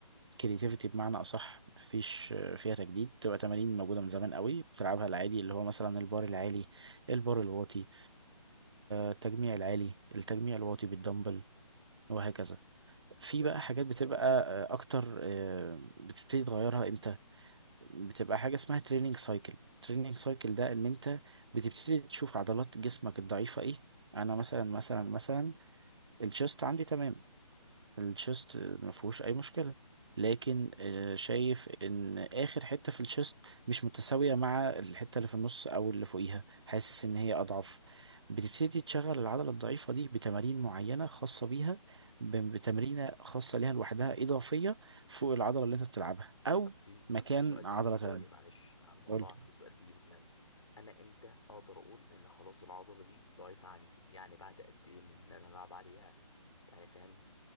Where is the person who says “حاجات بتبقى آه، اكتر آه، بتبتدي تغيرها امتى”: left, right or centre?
Right